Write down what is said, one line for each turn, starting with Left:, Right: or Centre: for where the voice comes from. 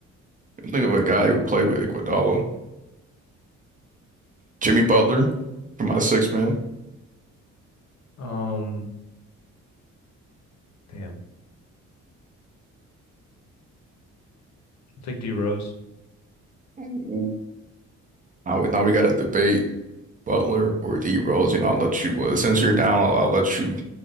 Right: Think of a guy who played with Iguodala. Jimmy Butler for my six man.
Left: Um, damn, I'll take D Rose,
Right: Ooh. Now we now we got to debate Butler or D Rose. You know, I'll let you uh, since you're down, I'll, I'll let you